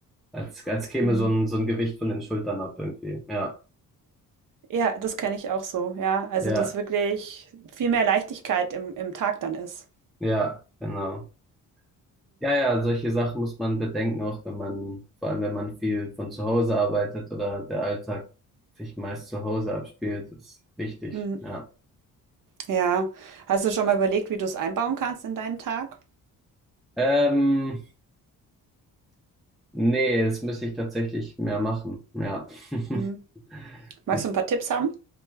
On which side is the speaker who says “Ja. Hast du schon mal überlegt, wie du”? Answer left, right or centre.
Right